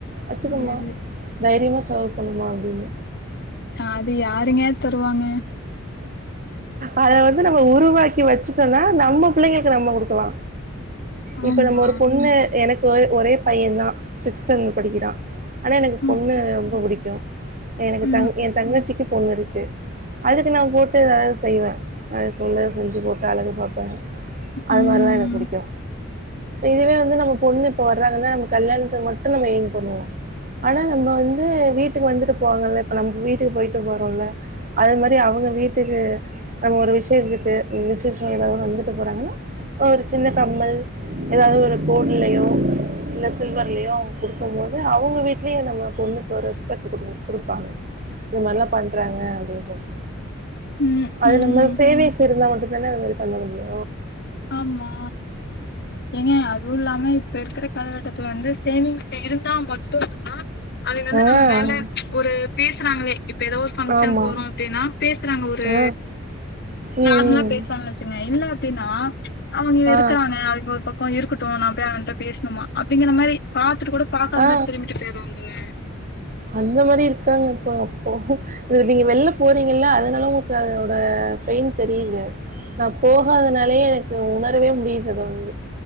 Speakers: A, on the right (about 40°); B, on the left (about 55°).
A: வச்சுக்கமா
B: கிடையாது.
A: தைரியமா செலவு பண்ணணு அப்டின்னு
B: அது யாருங்க தருவாங்க
A: அத வந்து நம்ம உருவாக்கி வச்சிட்டோனா நம்ம புள்ளைங்களுக்கு நம்ம குடுக்கலா இப்ப
B: ஆமா.
A: நம்ம ஒரு பொண்ணு எனக் கு ஒரே பையன் தா சிக்ஸ்த் ஸ்டாண்டர்ட் படிக்கிறா ஆனா எனக்கு
B: ம்,
A: பொண்ணு ரொம்ப புடிக்கு எனக்கு
B: ம்,
A: தங் என் தங்கச்சிக்கு பொண்ணு இருக்கு எடுத்து நா போட்டு எதாது செய்வ அதுக்குள்ள செஞ்சு போட்டு அழகு பாப்ப அது
B: ம்.
A: மாரில்லா எனக்கு புடிக்கு இதுவே வந்து நம்ம பொண்ணு இப்ப வர்றாங்கன்னா நம்ம கல்யாணத்துக்கு மட்டு நம்ம ஏம் பண்ணுவோ ஆனா நம்ம வந்து வீட்டுக்கு வந்துட்டு போவாங்கல்ல இப்ப நம்ம வீட்டுக்கு போயிட்டு வரோல்ல அது மா ரி அவுங்க வீட்டுக்கு அவுங்க ஒரு விசேஷத்துக்கு விசேஷ ஏதாவது வந்துட்டு போறாங்கன்னா ஒரு சின்ன கம்மல் ஏதாவது ஒரு கோல்டுலையோ இல்ல சில்வர்லயோ அவுங்க குடுக்கும் போது அவுங்க வீட்லையு நம்ம பொண்ணுக்கு ஒரு ரெஸ்பெக்ட் குடு குடுப்பாங்க இது மாரிலா பண்றாங்க அப்டின் சொல்லி
B: ம்,
A: அது
B: ம்.
A: நம்ம சேவிங்ஸ் இருந்தா மட்டு தான அது மாரி பண்ண முடியு
B: ஆமா ஏங்க அதுவு இல்லாம இப்ப இருக்கிற காலகட்டத்துல வந்து சேவிங்ஸ் இருந்தா மட்டு தா அவிங்க வந்து
A: ஆ
B: நம்ம மேல
A: ஆ
B: ஒரு பேசுறாங்ளே இப்ப ஏதோ ஒரு ஃபங்க்ஷன்
A: ஆமா
B: போறோ அப்டின்னா பேஷ்றாங்க ஒரு
A: ஆ ம் ம்
B: நார்மலா பேசறாங்கன் வச்சுகுங்க இல்ல எப்டின்னா அவுங்க
A: ஆ
B: இருக்குறாங்க அவுங்க ஒரு பக்கோ இருக்கட்டு நா போய் அவன்ட்ட பேசணுமா அப்டிங்கிற மாரி பாத்துட்டு கூட பாக்காத
A: ஆ
B: மாரி திரும்பிட்டு போயிருவாங்கங்க
A: அந்த மாரி இருக்காங்க இப்ப அப்போ இது நீங்க வெளில போறீங்கல்ல அதனால உங்களுக்கு அதோட பெயின் தெரியிது நா போகாதனாலயே எனக்கு உணரவே முடியுது அது வந்து